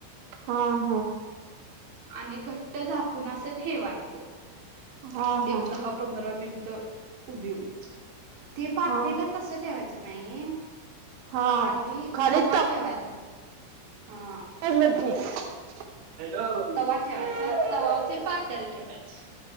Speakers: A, on the right (about 80°); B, on the right (about 35°).
A: हा हा.
B: आणि घट्ट झाकून असं ठेवायचं
A: हा हा.
B: एक दहा पंधरा मिनिट उभी, ते पातेल
A: हा
B: तस ठेवायचं नाही
A: हा.
B: खाली
A: खाली
B: तवा ठेवायचा हा.
A: बोलकी. हॅलो!
B: तवा ठेवायचा तवा वर ते पातल ठेवायचं.